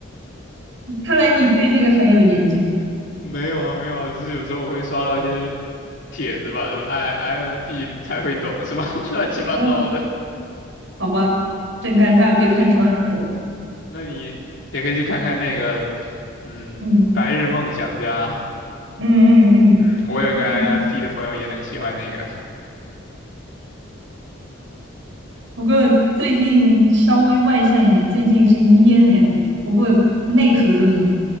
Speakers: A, on the right (about 65°); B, on the left (about 60°).
A: 看来你对这个很有研究。
B: 没有啊，没有啊，只是有时候我会刷到一些帖子吧，哎，INFP 才会懂是吧？<laughs> 乱七八糟的。
A: 嗯，好吧，真尴尬，被看穿了。
B: 嗯那你也可以去看看那个，嗯，
A: 嗯
B: 《白日梦想家》。
A: 嗯嗯嗯。
B: 嗯，我有一个
A: 嗯
B: INFP 的朋友也很喜欢那个，
A: 不过最近稍微外向一点，最近是 ENFP，不过内核都一样，